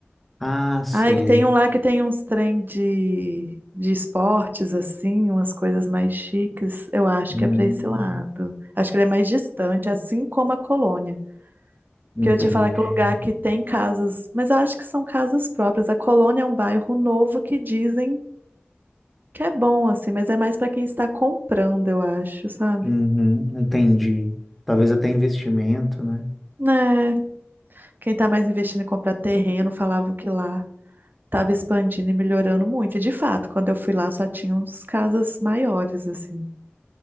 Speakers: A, in the centre; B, on the right.
A: Ah, sei.
B: Ai, que tem um lá que tem uns trem de, de esportes, assim, umas coisas mais chiques. Eu acho
A: Hum,
B: que é pra esse lado. Acho que ele é mais distante, assim como a Colônia.
A: entendi.
B: Que eu ia te falar que o lugar que tem casas, mas eu acho que são casas próprias. A Colônia é um bairro novo que dizem que é bom, assim, mas é mais pra quem está comprando, eu acho, sabe?
A: Uhum, entendi. Talvez até investimento, né?
B: Né? Quem tá mais investindo em comprar terreno falava que lá tava expandindo e melhorando muito. E de fato, quando eu fui lá só tinha uns casas maiores, assim.